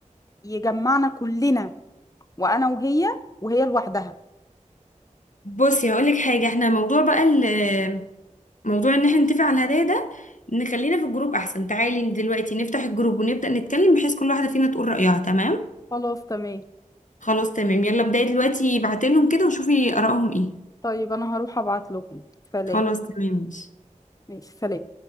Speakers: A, on the left; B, on the left.
A: يجمعنا كلنا وانا وهي وهي لوحدها
B: بصي هقولك حاجة احنا موضوع بقى ال- موضوع ان احنا نتفق على الهدايا ده نخلينا في الجروب احسن تعالي دلوقتي نفتح الجروب ونبدأ نتكلم بحيث كل واحدة فينا تقول رأيها تمام
A: خلاص تمام
B: خلاص تمام يلا ابدأي دلوقتي ابعتي لهم كده وشوفي آرائهم ايه
A: طيب انا هروح ابعت لهم سلام
B: خلاص تمام ماشي
A: ماشي سلام